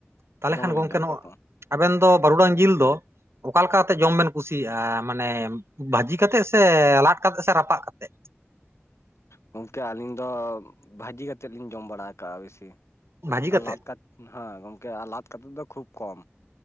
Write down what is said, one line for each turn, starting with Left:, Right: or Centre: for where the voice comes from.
Right: ᱛᱟᱦᱞᱮ
Left: ᱫᱚᱢᱮᱞᱤᱧ
Right: ᱠᱷᱟᱱ ᱜᱚᱝᱠᱮ
Left: ᱡᱚᱢ
Right: ᱱᱚᱣᱟ
Left: ᱠᱟᱜ ᱠᱚᱣᱟ
Right: ᱟᱵᱮᱱ ᱫᱚ ᱵᱟᱹᱨᱩᱰᱟᱝ ᱡᱤᱞ ᱫᱚᱼᱼ ᱚᱠᱟᱞᱮᱠᱟ ᱠᱟᱛᱮᱜ ᱡᱚᱢ ᱵᱮᱱ ᱠᱩᱥᱤᱭᱟᱜᱼᱟ ᱢᱟᱱᱮ ᱵᱷᱟᱹᱡᱤ ᱠᱟᱛᱮᱜ ᱥᱮ ᱞᱟᱫ ᱠᱟᱛᱮᱜ ᱥᱮ ᱨᱟᱯᱟᱜ ᱠᱟᱛᱮᱜ᱾
Left: ᱜᱚᱝᱠᱮ ᱟᱹᱞᱤᱧ ᱫᱚ ᱵᱷᱟᱹᱡᱤ ᱠᱟᱛᱮᱫ ᱞᱤᱧ ᱡᱚᱢ ᱵᱟᱲᱟᱣ ᱠᱟᱜᱼᱟ ᱵᱮᱥᱤ
Right: ᱵᱷᱟᱹᱡᱤ
Left: ᱟᱨ
Right: ᱠᱟᱛᱮ
Left: ᱞᱟᱛᱼᱼ ᱦᱮᱸ ᱜᱚᱝᱠᱮ ᱟᱨ ᱞᱟᱫ ᱠᱟᱛᱮᱫ ᱫᱚ ᱠᱷᱩᱵ ᱠᱚᱢ᱾